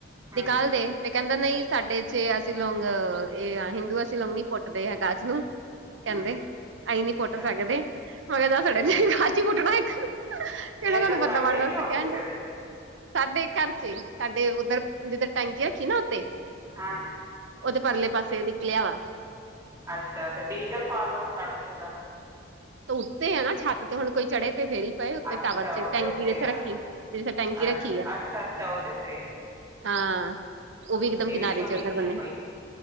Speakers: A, on the right (about 15°); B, on the right (about 75°).
A: ਹੂੰ
B: ਨਿਕਾਲਦੇ ਤੇ ਕਹਿੰਦਾ ਨਹੀਂ ਸਾਡੇ ਚੇ ਅਸੀਂ ਲੌਂਗ ਇਹ ਆ ਹਿੰਦੂ ਅਸਲਮ ਪੁੱਟਦੇ ਆ ਗਾਛ ਨੂੰ ਕਹਿੰਦੇ
A: ਹੂੰ
B: ਅਸੀਂ ਨੀ ਪੁੱਟ
A: ਅੱਛਾ
B: ਸਕਦੇ ਮੈਂ ਕਿਹਾ ਦਸ ਤੁਹਾਡੇ
A: ਤਾਂ
B: ਖਾ ਪੁੱਟਣਾ ਇੱਕ ਕਿਹੜਾ
A: ਇਹ
B: ਤੁਹਾਨੂੰ
A: ਤਾਂ ਤੁਹਾਡੇ
B: ਬੰਦਾ ਮਾਰਨ ਵਾਸਤੇ
A: ਕਿ ਹੋਰ
B: ਕਹਿਣ
A: ਕਿਸੇ
B: ਡੇ
A: ਦੇ
B: ਸਾਡੇ ਘਰ ਚ ਸਾਡੇ ਉੱਧਰ ਜਿੱਧਰ ਟੈਂਕੀ ਰੱਖੀ ਨਾ ਉੱਥੇ
A: ਹਾਂ
B: ਉਹ ਤੇ ਪਰਲੇ ਪਾਸੇ ਨਿਕਲਿਆ ਵਾ
A: ਅੱਛਾ ਤੇ ਡੀਜ਼ਲ ਪਾ ਦੋ ਸੜ ਜੂਗਾ
B: ਉਸਤੇ ਆਂ ਨਾ ਛੱਤ ਤੇ ਹੁਣ ਕੋਈ ਚੜ੍ਹੇ ਤੇ ਫਿਰ ਹੀ ਉੱਥੇ
A: ਅੱਛਾ
B: ਟਾਵਰ ਚ
A: ਉਹਦੇ
B: ਟੈਂਕੀ
A: ਉੱਤੇ
B: ਵੀ ਜਿਥੇ
A: ਆ
B: ਰੱਖੀ ਤੇ ਜਿੱਥੇ ਟੈਂਕੀ ਰੱਖੀ
A: ਅੱਛ
B: ਆ
A: ਅੱਛਾ ਅੱਛਾ ਉਹਦੇ ਤੇ
B: ਹਾਂ ਉਹ ਵੀ ਇਕ ਦਮ
A: ਸੀੜੀ
B: ਕਿਨਾਰੇ
A: ਸੂੜੀ
B: ਚ ਉੱਧਰ
A: ਨਹੀਂ
B: ਬਨੇ
A: ਆ